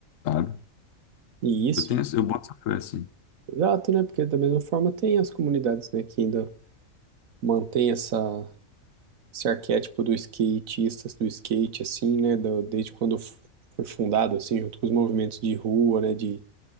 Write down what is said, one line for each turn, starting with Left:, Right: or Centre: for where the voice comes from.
Left: sabe?
Right: E isso,
Left: Eu tenho, essa- eu boto essa fé, assim.
Right: exato, né? Porque da mesma forma tem as comunidades, né, que ainda mantém essa esse arquétipo do skatista, do skate, assim, né, do- desde quando f- foi fundado, assim, junto com os movimentos de rua, né, de,